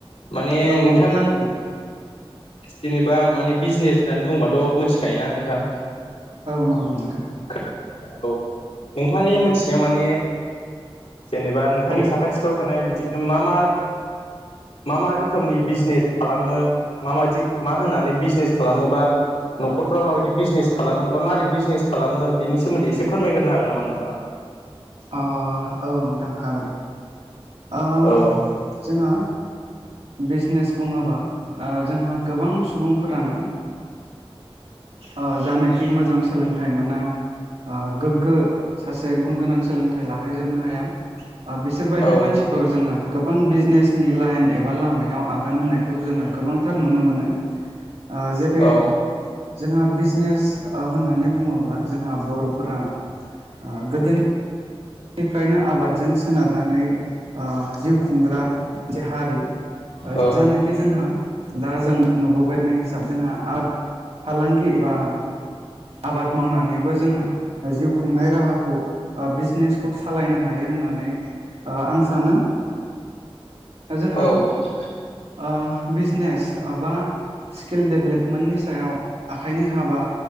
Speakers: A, on the left (about 85°); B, on the right (about 75°).
A: माने
B: औ
A: नोंथां
B: औ खोनादों नोंथां
A: जेनेबा माने बिजनेस होननानै बुंबाथ' मिथिखायोना नोंथां।
B: औ नंगौ नोंथां।
A: <unintelligible> ओ नोंथांनि मोनथिनायाव माने जेनेबा नोंथांनि
B: औ ओ
A: साखाथिफ्राव थानाय बिदिनो मा-मा मा मा रोखोमनि बिजनेस खालामो माबायदि मा होननानै बिजनेस खालामोबा न'खरफ्राव माबायदि बिजनेस खालामो बा माबारै बिजनेस खालामो बेनि सोमोन्दै एसे फोरमायग्रो हागोन नामा नोंथाङा।
B: अ औ नोंथां हागोन। ओम
A: औ
B: जोंहा बिजनेस बुङोबा ओ जोंहा गोबां सुबुंफोरानो ओ जानोाखि मोजां सोलोंथाइ मोना आं गोग्गो सासे गुन गोनां सोलोंथाइ लाहैजोबनो हाया बिसोरबायदि
A: औ
B: मानसि खौ जोङो गोबां बिजनेसनि लाइन एबा लामायाव आगान होनायखौ जोङो गोबांथार नुनो मोनो।
A: <inaudible>
B: आं जेथै
A: औ
B: जोंहा बिजनेस ओ होननानै बुङोब्ला जोंहा बर'फोरा आ गोदोनि निफ्रायनो आबादजों सोनारनानै जिउ खुंग्रा मोनसे हारि।
A: औ
B: जानो जोंहा दा जों नुबोबाय थानाय हिसाबै जोंहा आर्ट फालांगि बा आबाद मावनानैबो जोंहा जिउ खुंनाय राहाखौ बिजनेस खौ सालायनो हायो होननानै ओ आं सानो। जोंहा
A: औ
B: आ बिजनेस ओ बा स्किल डेभेलपमेन्टनि सायाव आखाइनि हाबा